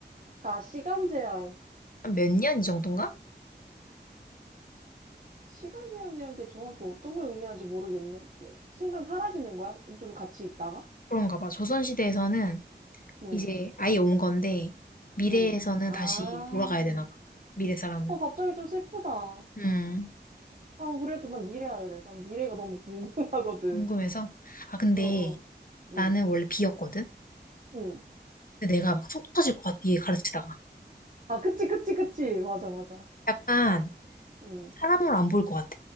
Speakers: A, on the right (about 45°); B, on the left (about 50°).
A: 아, 시간 제한.
B: 몇 년 이 정도인가?
A: 시간 제한이란 게 정확히 어떤 걸 의미하는지 모르겠네. 순간 사라지는 거야? 좀 같이 있다가?
B: 그런가 봐. 조선시대에서는
A: 응,
B: 이제 아예 온 건데, 미래에서는
A: 응. 아,
B: 다시 돌아가야 되나 봐. 미래 사람은.
A: 어, 갑자기 좀 슬프다. 아,
B: 음,
A: 그래도 난 미래 할래. 난 미래가 너무 궁금하거든.
B: 궁금해서. 아, 근데
A: 어, 어. 응,
B: 나는 원래 비였거든?
A: 응.
B: 근데 내가 막 속 터질 것 같아, 얘 가르치다가.
A: 아, 그치, 그치, 그치. 맞아, 맞아.
B: 약간
A: 응,
B: 사람으로 안 보일 것 같아.